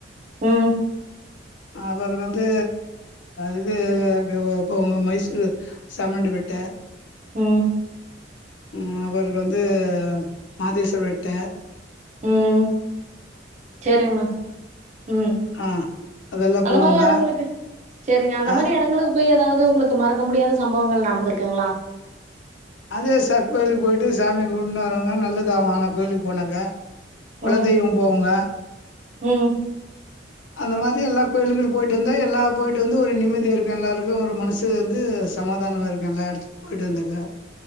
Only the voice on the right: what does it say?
ம்
ம்
ம் செரிங்னா ம்
அந்த
மாரி எடங்களுக்கு செரிங்க அந்த
மாரி எடங்களுக்கு போய் ஏதாவ் து உங்குளுக்கு மறக்க முடியாத சம்பவங்கள் நடந்திருக்குங்ளா
ம்
ம்